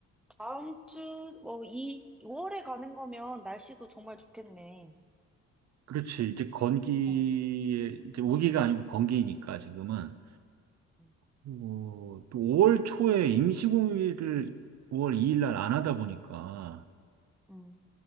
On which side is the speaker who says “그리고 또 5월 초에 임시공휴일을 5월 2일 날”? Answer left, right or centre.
Right